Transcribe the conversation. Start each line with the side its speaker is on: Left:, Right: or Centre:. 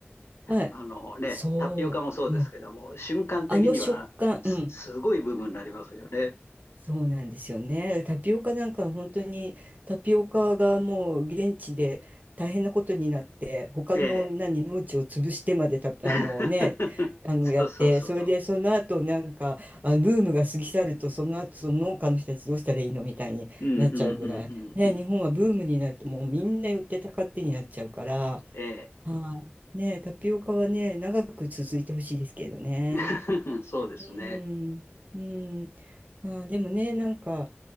Right: はい。
Left: あのね、
Right: そう。
Left: タピオカもそうですけども、
Right: うん。
Left: 瞬間的にはす、
Right: あの食感。うん。
Left: すごいブームになりますよね。
Right: そうなんですよね。タピオカなんか本当にタピオカがもう現地で大変なことになって、他の何農地を潰してまでた、
Left: ええ。<laughs>
Right: あのね、あのやって、
Left: そうそうそうそう。
Right: それでその後なんかあブームが過ぎ去ると、その後その農家の人たちどうしたらいいのみたいになっちゃうぐらい。
Left: うんうんうんうんうん。
Right: ね、日本はブームになるともうみんな寄ってたかってになっちゃうから、
Left: ええ。
Right: はい。ね、タピオカはね、長く続いてほしいですけどね。
Left: <laughs> そうですね。
Right: うん、うん。まあー、でもね、なんか